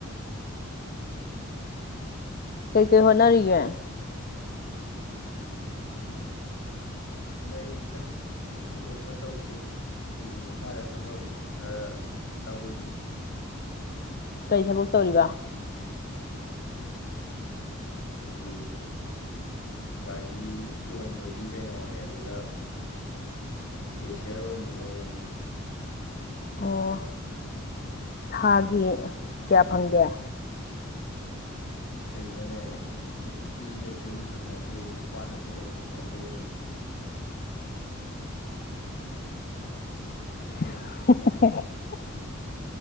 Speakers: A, on the left (about 45°); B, on the left (about 70°).
A: ꯀꯩ ꯀꯩ ꯍꯅꯔꯤꯌꯦ
B: ꯑꯗꯨꯝ ꯂꯩꯔꯤꯗ ꯀꯩꯁꯨ ꯊꯣꯏꯗꯣꯛꯄ ꯇꯧꯗꯦ ꯃꯤꯒꯤ ꯃꯈꯥꯗ ꯊꯕꯛ ꯈꯔ ꯇꯧꯔꯤ
A: ꯀꯔꯤ ꯊꯕꯛ
B: ꯄꯩꯁꯥ
A: ꯇꯧꯔꯤꯕ
B: ꯑꯩꯈꯣꯏꯒꯤ ꯒꯥꯔꯤ ꯌꯣꯟꯕꯒꯤ ꯀꯩꯅꯣꯅꯦ ꯑꯗꯨꯗ ꯀꯦꯁꯤꯌꯔ ꯑꯣꯏꯅ ꯂꯩꯔꯝꯃꯤꯅꯦ
A: ꯑꯣ ꯊꯥꯒꯤ ꯀꯌꯥ ꯐꯪꯒꯦ
B: ꯀꯩꯅꯣꯅꯦ ꯅꯨꯄꯤꯗ ꯆꯍꯤ ꯍꯪꯅꯗꯦ ꯅꯨꯄꯥꯗ ꯇꯣꯂꯣꯞ ꯍꯪꯅꯗꯦ
A: <unintelligible>